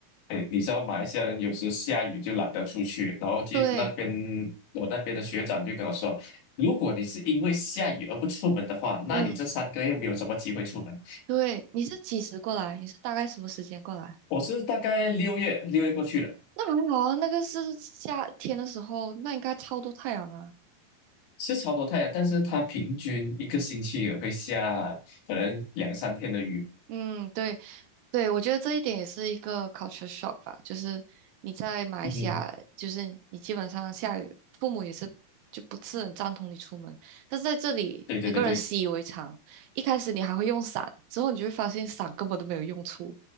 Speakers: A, on the left; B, on the right.
A: 哎，你知道马来西亚人有时下雨就懒得出去，然后就那边
B: 对，
A: 我那边的学长就跟我说，如果你是因为下雨而不出门的话，那你这三个月没有什么机会出门。
B: 嗯，对，你是几时过来？你是大概什么时间过来？
A: 我是大概六月六月过去的。
B: 那还好啊，那个是夏天的时候，那应该超多太阳啊。
A: 是超多太阳，但是它平均一个星期也会下可能两三天的雨。
B: 嗯，对，对，我觉得这一点也是一个 culture shock 吧，就是你在马来西亚，
A: 嗯，
B: 就是你基本上下雨，父母也是就不是很赞同你出门，但是在这里，
A: <laughs> 对对对对，
B: 每个人习以为常，一开始你还会用伞，之后你就会发现伞根本都没有用处。